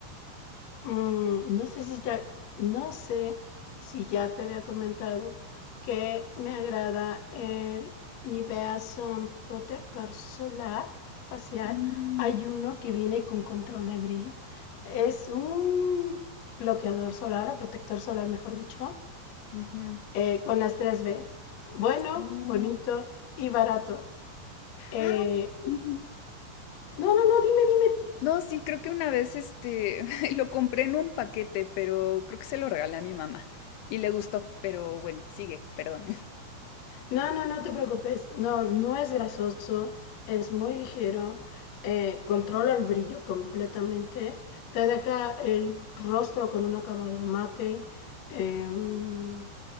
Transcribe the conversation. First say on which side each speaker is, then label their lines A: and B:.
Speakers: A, on the left; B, on the left.
A: Mm, no sé si ya, no sé si ya te había comentado que me agrada el Nivea Sun Protector Solar Facial.
B: Mm.
A: Hay uno que viene con control de brillo. Es un bloqueador solar o protector solar, mejor dicho,
B: Ujú.
A: eh, con las tres b Bueno,
B: Oh.
A: bonito y barato. Eh,
B: Ah, ujú.
A: no, no, no, dime, dime, dime.
B: No, sí, creo que una vez este <laughs> lo compré en un paquete, pero creo que se lo regalé a mi mamá y le gustó, pero bueno, sigue, perdón.
A: No, no, no te preocupes. No, no es grasoso, es muy ligero, eh, controla el brillo completamente, te deja el rostro con un acabado mate. em,